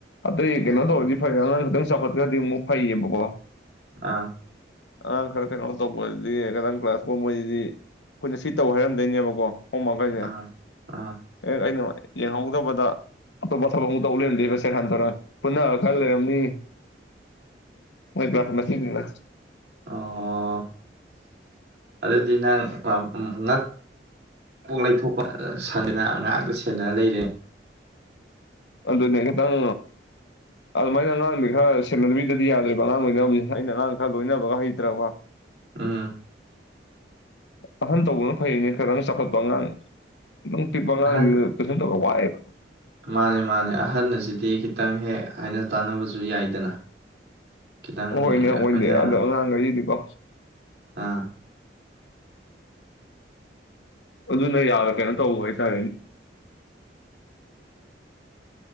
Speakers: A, on the left (about 80°); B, on the right (about 65°).
A: ꯑꯇꯩ
B: ꯑꯣ
A: ꯀꯩꯅꯣ ꯇꯧꯔꯥꯗꯤ ꯐꯩ ꯑꯃꯥ ꯈꯤꯇꯪ ꯆꯥꯎꯈꯠꯈ꯭ꯔꯗꯤ ꯑꯃꯨꯛ ꯐꯩꯌꯦꯕꯀꯣ
B: ꯑꯥ
A: ꯑꯥꯡ ꯈꯔ ꯀꯩꯅꯣ ꯇꯧꯕꯗꯤ ꯈꯤꯇꯪ ꯀ꯭ꯂꯥꯁ ꯐꯥꯎ ꯃꯣꯏꯁꯤꯗꯤ ꯑꯩꯈꯣꯏꯅ ꯁꯤ ꯇꯧ ꯍꯥꯏꯔꯝꯗꯣꯏꯅꯦꯕꯀꯣ ꯍꯣꯡꯃꯈꯩꯁꯦ
B: ꯑꯥ ꯑꯥ
A: ꯑꯦ ꯑꯩꯅ ꯌꯦꯡꯍꯧꯗꯕꯗꯥ ꯑꯇꯣꯞꯄ ꯊꯕꯛ ꯑꯃꯨꯛꯇꯧꯠꯍꯟꯦꯕ ꯁꯦꯔꯥꯟ ꯇꯨꫪꯥꯟ ꯄꯨꯟꯅꯑꯀꯥꯟ
B: ꯑꯣ
A: ꯂꯩꯔꯝꯃꯤ ꯃꯣꯏ <unintelligible>
B: ꯑꯣ ꯑꯗꯨꯗꯤ ꯑꯥꯁ ꯅꯪ ꯉꯛ ꯕꯣꯛ ꯂꯩꯊꯣꯛꯄ ꯁꯗꯅ ꯉꯥꯡꯇ ꯁꯦꯗꯅ ꯂꯩꯔꯦ
A: ꯑꯗꯨꯅꯦ ꯈꯤꯇꯪ ꯑꯗꯨꯃꯥꯏꯅ ꯑꯉꯥꯡꯗꯤ ꯈꯔ ꯁꯦꯅꯕꯤꯗꯗꯤ ꯌꯥꯗ꯭ꯔꯦꯔꯤꯕ ꯑꯉꯥꯡ ꯑꯣꯏꯅꯕ ꯑꯩꯅ ꯑꯉꯥꯡ ꯈꯔ ꯂꯣꯏꯅꯕꯒ ꯍꯩꯇ꯭ꯔꯀꯣ
B: ꯑꯥ
A: ꯑꯍꯟ ꯇꯧꯕꯅ ꯐꯩꯅꯦ ꯈꯤꯇꯪ ꯆꯥꯎꯈꯠꯄ ꯑꯉꯥꯡ ꯑꯗꯨꯝ ꯄꯤꯛꯄ ꯑꯉꯥꯡꯗꯨ
B: ꯑꯍꯟ
A: ꯇꯨꯁꯟ ꯇꯧꯕꯥ ꯋꯥꯏ ꯐꯩ
B: ꯃꯥꯅꯦ ꯃꯥꯅꯦ ꯑꯍꯜ ꯑꯁꯤꯗꯤ ꯈꯤꯇꯪ ꯍꯦꯛ ꯍꯥꯏꯅ ꯇꯥꯟꯅꯕꯁꯨ ꯌꯥꯏꯗꯅ ꯈꯤꯇꯪ
A: ꯍꯣꯏꯅꯦ ꯑꯣꯏꯗꯦ
B: ꯑꯩꯈꯣꯏꯅ
A: ꯑꯗꯣ ꯅꯉꯥꯡꯈꯔꯤꯗꯤꯀꯣ
B: ꯑꯥ
A: ꯑꯗꯨꯅ ꯌꯥꯔꯦ ꯀꯩꯅꯣ ꯇꯧꯕ ꯍꯥꯏꯇꯥꯔꯦꯅꯦ